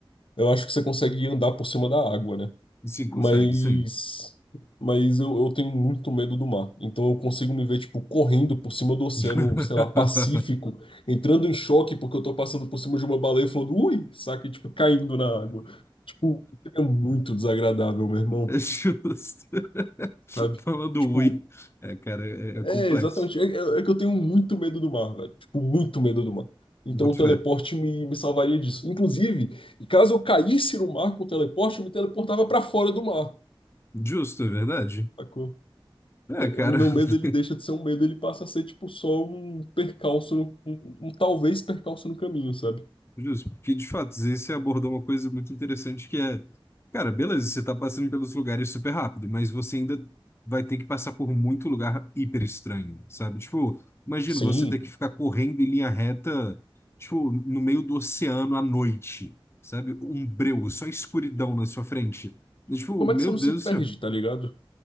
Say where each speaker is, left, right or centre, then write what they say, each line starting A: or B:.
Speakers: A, on the left; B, on the left.
A: eu acho que você consegue andar por cima da água, né?
B: Sim, consegue,
A: Mas,
B: sim.
A: mas eu, eu tenho muito medo do mar, então eu consigo me ver, tipo, correndo por cima do oceano,
B: <laughs>
A: sei lá, Pacífico, entrando em choque porque eu tô passando por cima de uma baleia e falando, ui, saca, e, tipo, caindo na água. Tipo, é muito desagradável, meu irmão,
B: É justo. <laughs>
A: sabe?
B: Falando
A: Tipo,
B: ruim. É, cara, é, é
A: É,
B: complexo.
A: exatamente. É, é- é que eu tenho muito medo do mar, velho. Tipo, muito medo do mar. Então
B: Boto
A: o teleporte
B: fé.
A: me, me salvaria disso. Inclusive, caso eu caísse no mar com o teleporte, eu me teleportava pra fora do mar.
B: Justo, é verdade?
A: sacou?
B: É,
A: É,
B: cara.
A: é, O meu
B: <laughs>
A: medo, ele deixa de ser um medo, ele passa a ser, tipo, só um percalço, no- um, um um talvez percalço no caminho, sabe?
B: Justo, porque de fato, você abordou uma coisa muito interessante que é, cara, beleza, você tá passando pelos lugares super rápido, mas você ainda vai ter que passar por muito lugar hiper estranho, sabe? Tipo, imagina
A: Sim.
B: você ter que ficar correndo em linha reta, tipo, no meio do oceano à noite, sabe? Um breu, só escuridão na sua frente. E, tipo,
A: E como
B: meu
A: é que você não
B: Deus
A: se perde,
B: do céu,
A: tá ligado?